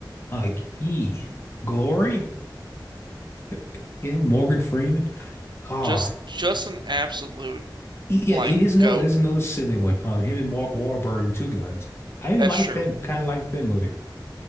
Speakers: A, on the left (about 30°); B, on the right (about 70°).
A: Like he, Glory, <laughs> him, Morgan Freeman. Oh.
B: Just just an absolute
A: Yeah,
B: like
A: here's another
B: goat.
A: here's another silly one. Um, him and Mark Wahlberg and Two Guns. I even
B: That's
A: like
B: true.
A: that kind of like that movie.